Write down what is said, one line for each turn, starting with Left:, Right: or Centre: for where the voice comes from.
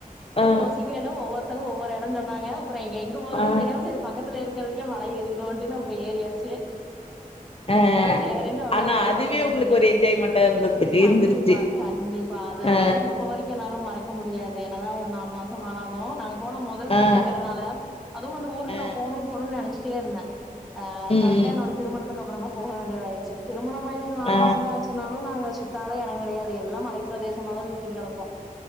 Left: ஆ
Centre: யோசிக்கவே இல்ல ஒவ்வரு ஒவ்வொரு எடோ சொன்னாங்க எங்க எங்க போறது
Left: ஆ ஆ
Centre: தெரியாம செரி பக்கத்துல இருக்கு இருக்குறதுகே மல ஏறிருவோம் அப்டின் தா ஏரியாச்சு
Left: ஆ
Centre: சேரின்ட்டு அ
Left: ஆனா
Centre: போயிட்டு
Left: அதுவே
Centre: வந்தோம்
Left: உங்களுக்கு
Centre: தோழி
Left: ஒரு என்ஜாய்மெண்டா இருந்ததுக்கு
Centre: கண்டிப்பா
Left: இருந்துருச்சு.
Centre: கண்டிப்பா அது
Left: ஆ
Centre: அதெல்லாம் இப்ப வரைக்கும் என்னால மறக்க முடியாது என்னதா ஒரு நாலு மாசம் ஆனாலும் நாங்க போன முதல் ட்ரிப்ங்கிறனால
Left: ஆ
Centre: அதுவும் வந்த ஊருக்கு
Left: ஆ
Centre: நான் போனும் போனும்னு நெனைச்சே ச்சிட்டேர்ந்த ஆஹ
Left: ம்
Centre: கரெக்டா
Left: ம்
Centre: என்னோட திருமணத்துக் அப்புறமா போக வேண்டியதாயிருச்சு திருமணம் மாயி ஒரு நாலு
Left: ஆ
Centre: மாசம் தான் ஆச்சுனாலும் நாங்க சுத்தாத எடம் கெடையாது எல்லாம் மலை மல பிரதேசமா தான் வந்து சுத்தீட்டு கடப்போம்